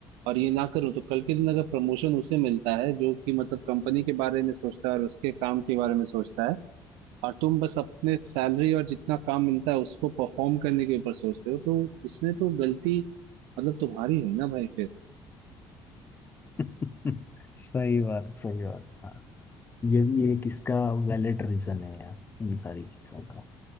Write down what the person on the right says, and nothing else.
और ये ना करूं तो कल के दिन अगर प्रमोशन उसे मिलता है जो कि मतलब कंपनी के बारे में सोचता है और उसके काम के बारे में सोचता है और तुम बस अपने सैलरी और जितना काम मिलता है उसको परफॉर्म करने के ऊपर सोचते हो तो इसमें तो गलती मतलब तुम्हारी हुई ना भाई फिर